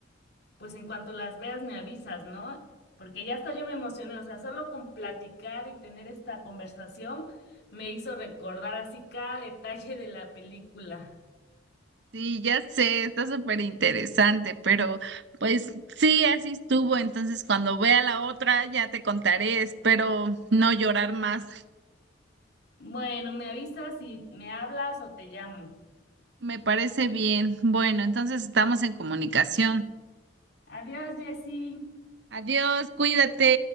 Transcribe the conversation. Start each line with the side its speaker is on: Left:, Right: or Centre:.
Left: pues en cuanto las veas me avisas, ¿no? Porque ya hasta yo me emocioné, o sea, solo con platicar y tener esta conversación me hizo recordar así cada detalle de la película.
Right: Sí, ya sé, está súper interesante, pero pues sí, así estuvo. Entonces, cuando vea la otra, ya te contaré. Espero no llorar más.
Left: Bueno, me avisas si me hablas o te llamo.
Right: Me parece bien. Bueno, entonces estamos en comunicación.
Left: Adiós, Jessy.
Right: Adiós, cuídate.